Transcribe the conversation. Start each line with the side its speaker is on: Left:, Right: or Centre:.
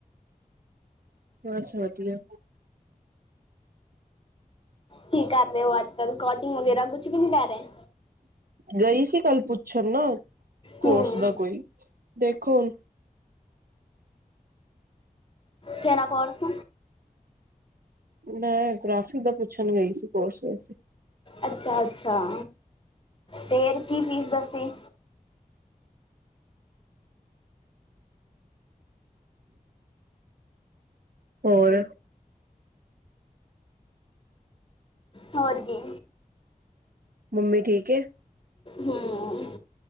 Right: ਬਸ ਵਧੀਆ
Left: ਕੀ ਕਰ ਰਹੇ ਹੋ ਅੱਜ- ਕੱਲ? ਕੋਚਿੰਗ ਵਗੈਰਾ ਕੁਛ ਵੀ ਨਹੀਂ ਲੈ ਰਹੇ?
Right: ਗਈ ਸੀ ਕੱਲ ਪੁੱਛਣ ਨਾ, ਕੋਰਸ
Left: ਹੂੰ
Right: ਦਾ ਕੋਈ ਦੇਖੋ ਹੁਣ?
Left: ਕਿਹੜਾ ਕੋਰਸ
Right: ਮੈਂ ਗ੍ਰਾਫੀਕ ਦਾ ਪੁੱਛਣ ਗਈ ਸੀ ਕੋਰਸ ਵੈਸੇ।
Left: ਅੱਛਾ ਅੱਛਾ ਫੇਰ ਕਿ ਫੀਸ ਦੱਸੀ?
Right: ਹੋਰ
Left: ਹੋਰ ਕੀ
Right: ਮੰਮੀ ਠੀਕ ਏ।
Left: ਹਮਮ,